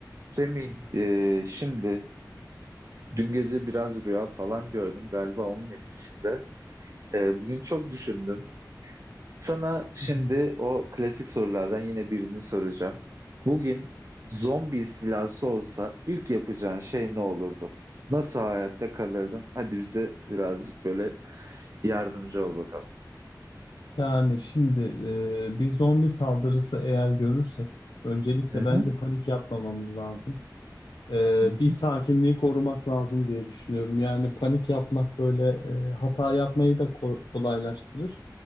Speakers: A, on the right; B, on the left.
A: Semih, e, şimdi dün gece biraz rüya falan gördüm galiba onun etkisinde. E, bugün çok düşündüm. Sana şimdi
B: Hı hı.
A: o klasik sorulardan yine birini soracağım. Bugün zombi istilası olsa ilk yapacağın şey ne olurdu? Nasıl hayatta kalırdın? Hadi bize birazcık böyle yardımcı ol bakalım.
B: Yani şimdi e, bir zombi saldırısı eğer görürsek öncelikle
A: Hı hı.
B: bence panik yapmamamız lazım. E,
A: Hı hı.
B: bir sakinliği korumak lazım diye düşünüyorum. Yani panik yapmak böyle e, hata yapmayı da ko- kolaylaştırır.